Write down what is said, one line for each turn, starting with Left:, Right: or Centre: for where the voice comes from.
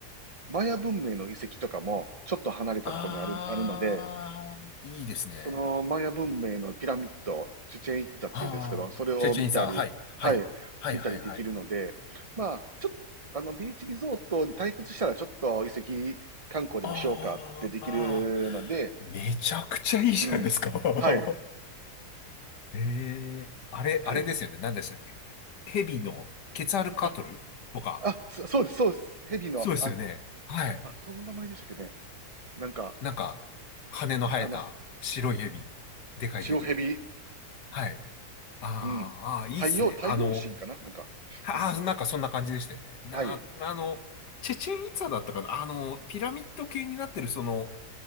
Right: マヤ文明の遺跡とかもちょっと離れたところにある、
Left: ああ、
Right: あるので、
Left: いいですね。
Right: そのマヤ文明のピラミッド、チュチェンイッツァっていうんですけど、
Left: ああ、
Right: それを見たり、
Left: チェチェンさん、はい、
Right: はい、
Left: はい、はい、
Right: 見たりできるので、
Left: はい、はい。
Right: まあ、ちょっと、あの、ビーチリゾートに退屈したらちょっと遺跡観光でもしようかってできるので、
Left: あーまあー、めちゃくちゃいいじゃないですか。
Right: うん。
Left: <laughs>
Right: はい、
Left: ええ、あれ、
Right: はい。
Left: あれですよね。何でしたっけヘビのケツァルカトルとか。
Right: あ、あ、そ、そうです、そうです。ヘビの、
Left: そうですよね。
Right: あ、
Left: はい。
Right: あ、その名前でしたっけね。なんか、
Left: なんか、羽の生えた白いヘビ。
Right: あの、
Left: でかいヘビ。
Right: 白ヘビ、
Left: はい。あ
Right: うん。
Left: ーあー、いいっすね。
Right: 太陽、太陽神かななんか、
Left: あの、ああ、
Right: うん。
Left: なんかそんな感じでしたよね。な、
Right: はい、
Left: あの、チェチェンイツァだったかなあの、ピラミッド系になってるその、